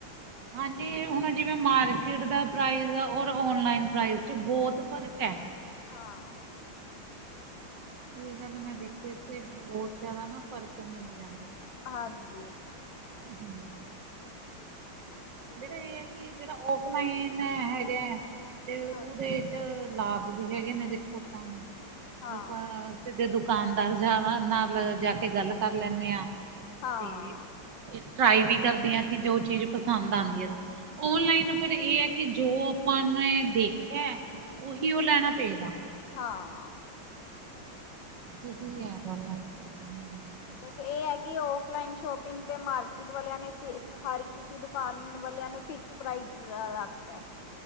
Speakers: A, on the right; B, on the left.
A: ਹਾਂਜੀ ਹੁਣ ਜਿਵੇਂ ਮਾਰਕੀਟ ਦਾ ਪ੍ਰਾਈਜ਼ ਔਰ ਔਨਲਾਈਨ ਪ੍ਰਾਈਜ਼। ਚ ਬੋਤ ਫ਼ਰਕ ਐ।
B: ਹਾਂ
A: ਇਹ ਗੱਲ ਮੈਂ ਦੇਖੀ ਏ ਤੇ ਬੋਹਤ ਜਾਦਾ ਨਾ ਫ਼ਰਕ ਮਿਲ ਜਾਂਦਾ।
B: ਹਾਂਜੀ
A: ਹੂੰ। ਜੇੜਾ
B: ਤੇ
A: ਇਹ
B: ਹੈ।
A: ਐ ਕਿ ਜੇੜਾ ਔਫਲਾਈਨ ਹੈਗਾ ਐ ਤੇ ਉਦੇ
B: ਹਾਂਜੀ
A: ਲਾਭ ਵੀ ਹੈਗੇ ਨੇ ਦੇਖੋ ਆਪਾਂ ਨੂੰ
B: ਹਾਂ
A: ਜੇ ਆਪਾਂ ਕਿ ਦੇ ਦੁਕਾਨਦਾਰ ਜਾਵਾ ਨਾਲ ਜਾ ਕੇ ਗੱਲ ਕਰ ਲੈਂਨੇ ਆਂ
B: ਹਾਂ
A: ਤੇ ਟਰਾਈ ਵੀ ਕਰਦੀ ਆ ਕਿ ਜੋ ਚੀਜ਼ ਪਸੰਦ ਆਂਦੀ ਐ ਤਾਂ ਔਨਲਾਈਨ
B: ਹਾਂ
A: ਫੇਰ ਇਹ ਐ। ਕਿ ਜੋ ਆਪਾਂ ਨੇ ਦੇਖਿਆ ਓਹੀ ਹ ਲੈਣਾ ਪਏਗਾ।
B: ਹਾਂ
A: ਇਹੀ
B: ਇਹ ਤੇ
A: ਆ
B: ਹੈ।
A: ਗੱਲ ਹੂੰ।
B: ਬਸ ਏਹ ਅ ਕਿ ਔਫਲਾਈਨ ਸ਼ੋਪਿੰਗ ਤੇ ਮਾਰਕੀਟ ਵਾਲਿਆਂ ਨੇ ਫੀਸ ਹਰ ਕ- ਕਿਸੀ ਦੁਕਾਨ ਵਾਲਿਆਂ ਨੇ ਫਿਕਸ ਪ੍ਰਾਈਜ਼ ਰ ਰੱਖਤਾ ਐ।